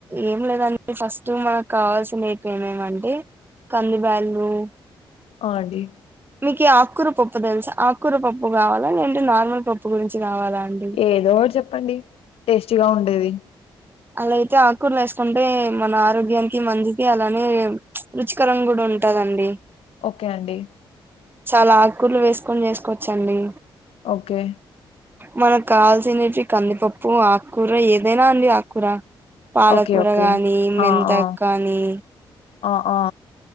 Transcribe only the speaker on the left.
కాది
ఏదో ఒకటి చెప్పండి టేస్టీగా ఉండేది
ఓకే అండి
ఓకే
ఓకే ఓకే
ఆ ఆ
ఆ ఆ